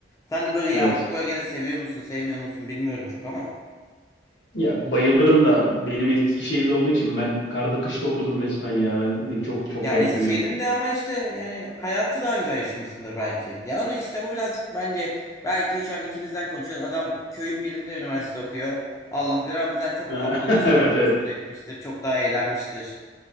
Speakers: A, on the left; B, on the left.
A: Sen de böyle yazlık
B: evet.
A: bölgeleri seviyor musun sevmiyor musun bilmiyorum çok ama.
B: Ya bayılırım da benim Eskişehir'de olduğu için ben karda kışta okudum resmen ya. Ben çok çok
A: Ya
B: garipti
A: Eskişehir'in
B: benim.
A: de ama işte yani hayatı daha güzel yaşamışsındır belki. Ya onu işte bu birazcık bence belki şu an ikimizden konuşuyoruz. Adam köyün birinde üniversite okuyor. Allah bilir ama bizden çok
B: <laughs>
A: daha fazla şey
B: Evet
A: görmüştür,
B: evet.
A: etmiştir. Çok daha eğlenmiştir.